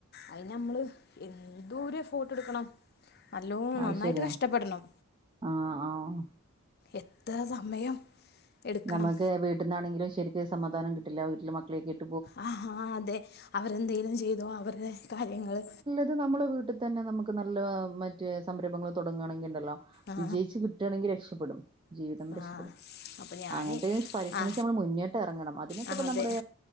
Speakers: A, on the left (about 45°); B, on the right (about 20°).
A: അതിന് നമ്മള് എതൊര ഫ്ട്ട് എടുക്കണം. നല്ലോ
B: അത്
A: നന്നായിട്ട്
B: ശരിയാ
A: കഷ്ടപ്പെടണം
B: ആഹ് ആഹ്
A: എത്ര സമയം എടുക്കണം
B: നമുക്ക് വീട്ട നിന്നാണെങ്കിലും ശരിക്കരു സമാധാനം കിട്ടില്ല വീട്ടില് മക്കളെക്കെട്ട
A: ആ അതെ അവരെന്തേങ്കലും ചെയ്തോ അവടെ കാര്യങ്ങള്
B: ഇത് നമ്മളുടെ വീട്ടിൽ തന്നെ നമുക്ക് നല്ല മറ്റേ സംരംഭങ്ങൾ തുടങ്ങുകയാണെങ്കിൽ ഉണ്ടല്ലോ
A: ആ
B: വിജയിച്ച് കിട്ട കിട്ടാണെങ്കിൽ രക്ഷപ്പെടും ജീവിതം
A: ആ
B: രക്ഷപ്പെടും.
A: അപ്പം ഞാൻ
B: അങ്ങനത്തെ പരിശ്രമിച്ച്
A: ആ
B: നമ്മൾ മുന്നോട്ട് ഇറങ്ങണം അതിനൊക്കെ
A: ആ
B: ഇപ്പ
A: അതെ
B: നമ്മുടെ